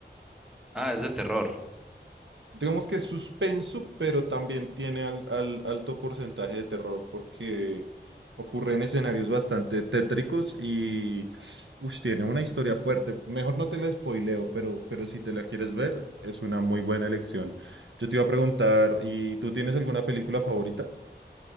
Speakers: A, in the centre; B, on the right.
A: ah, es de terror.
B: digamos que es suspenso, pero también tiene al- al- alto porcentaje de terror porque ocurre en escenarios bastante tétricos y ush, tiene una historia fuerte. Mejor no te la spoileo, pero, pero si te la quieres ver, es una muy buena elección. Yo te iba a preguntar, ¿y tú tienes alguna película favorita?